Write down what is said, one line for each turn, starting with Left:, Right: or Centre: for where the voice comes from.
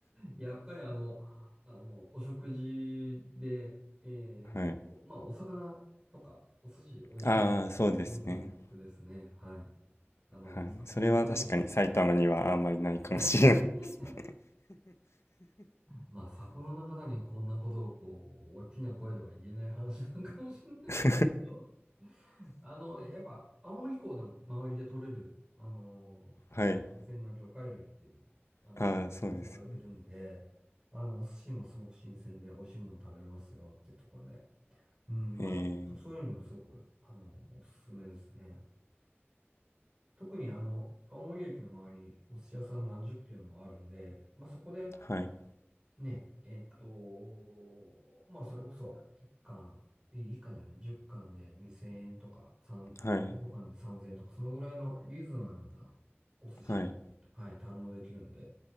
Right: やっぱりあの、あの、お食事で、えーっと、
Left: はい。
Right: まあお魚とかお寿司美味しいのはすごく魅力ですね。
Left: ああ、そうですね。
Right: はい。あの、
Left: はい。
Right: 札幌の方に。
Left: それは確かに埼玉にはあんまりないかもしれないですね。
Right: <laughs> まあ、札幌の方にこんなことをこう、大きな声では言えない話なんかもしれないけど、
Left: <laughs>
Right: あの、やっぱ、青森港でも周りで取れる、あの、
Left: はい。
Right: ね、新鮮な魚介類っていうのも、あの、
Left: ああ、
Right: た入荷されてるんで、
Left: そうですよね。
Right: あの、お寿司もすごく新鮮で美味しいもの食べれますよっていうところで、うん、
Left: えー、
Right: まあ、そういう意味でもすごく、あの、おすすめですね。特にあの、青森駅の周り、お寿司屋さん何十軒もあるんで、まあそこで、
Left: はい。
Right: ね、えっと、まあ、それこそ、1巻、え1じゃない、10巻で2000円とか、3、
Left: はい。
Right: 5貫で3000円とか、そのぐらいのリーズナブルなお寿司、
Left: はい。
Right: はい、堪能できるんで、